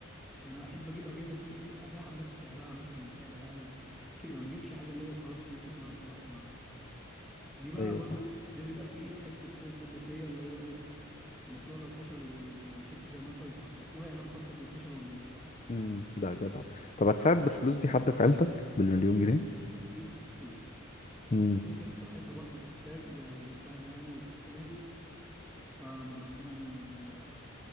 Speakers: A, in the centre; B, on the left (about 35°).
A: يعني أنا احب اجيب اجهزه تكون ايه ابيعها بنفس سعرها مثلا بسعر اقل كده ما اجيبش حاجه اللي هو خلاص فلوسي طارت لا ما دي بقى
B: ايوه
A: برضو ده بيبقى فيه حته خوف برضو فيا اللي هو ايه المشروع لو فشل وما مشيتش زي ما انت مخطط لها يعني انا بخطط للفشل والنجاح برضه
B: امم ده جدع طب هتساعد بالفلوس دي حد في عيلتك بالمليون جنيه
A: اكيد اكيد
B: امم
A: اكيد في ناس في حياتنا برضه تحتاج آه، المساعده يعني وتستاهل فلما ربنا ي-